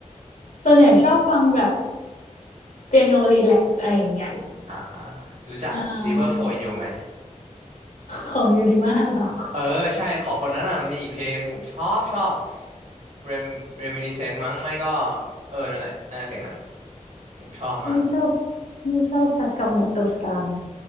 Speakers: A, on the left; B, on the right.
A: ส่วนใหญ่ชอบฟังแบบเปียโนรีแลกซ์อะไรอย่างเงี้ย
B: อ่ารู้จัก
A: อ่า
B: River Flow in You ไหม
A: ของยูริมาเหรอ
B: เออใช่ของคนนั้นอ่ะมันมีอีกเพลงหนึ่งผมชอบชอบ Rem Reminiscence มั้งไม่ก็เออนั่นแหละน่าจะเพลงนั้นผมชอบมาก
A: นี่ชอบนี่ชอบซากาโมโตะซัง